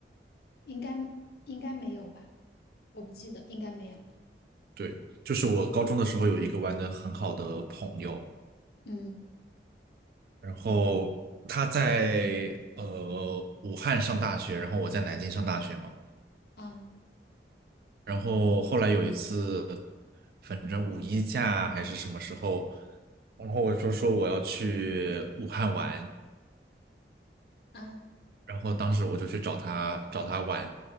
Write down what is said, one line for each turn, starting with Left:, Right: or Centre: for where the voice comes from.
Left: 应该应该没有吧？我不记得，应该没有。
Right: 对，就是我高中的时候有一个玩的很好的朋友，
Left: 嗯，
Right: 然后他在呃武汉上大学，然后我在南京上大学嘛。
Left: 啊
Right: 然后后来有一次，反正五一假还是什么时候，然后我就说我要去武汉玩，
Left: 啊，
Right: 然后当时我就去找他找他玩，